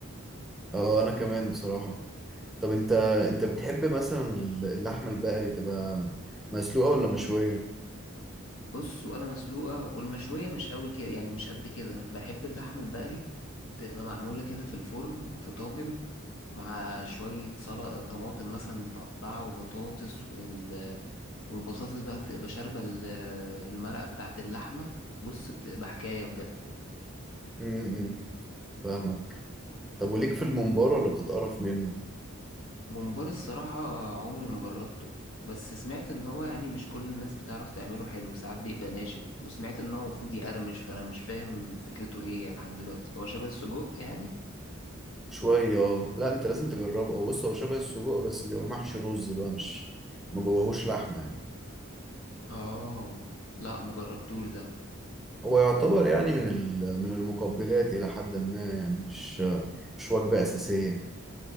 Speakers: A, in the centre; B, on the left.
A: اه أنا كمان بصراحة طب أنت أنت بتحب مثلا اللحمة البقري تبقى مسلوقة ولا مشوية؟
B: بص ولا مسلوقه والمشويه مش قوي كده يعني مش قد كده بحب اللحمه البقري تبقى معموله كده في الفرن في طاجن مع شويه سلطه طماطم مثلا متقطعه وبطاطس وال والبطاطس بقى بتبقى شاربة ال- المرقة بتاعة اللحمة بص بتبقى حكاية بجد
A: امم فاهمك طب وليك في الممبار ولا بتتقرف منه؟
B: ممبار الصراحة عمري ما جربته بس سمعت ان هو يعني مش كل الناس بتعرف تعمله حلو ساعات بيبقى ناشف وسمعت ان هو المفروض يقرمش فانا مش فاهم فكرته ايه يعني لحد دلوقتي هو شبه السجق يعني
A: شوية اه لا أنت لازم تجربه هو بص هو شبه السجق بس بيبقى محشي رز بقى مش ما جواهوش لحمة يعني
B: اه لا ما جربتوش ده
A: هو يعتبر يعني من ال... من المقبلات إلى حد ما يعني مش مش وجبة أساسية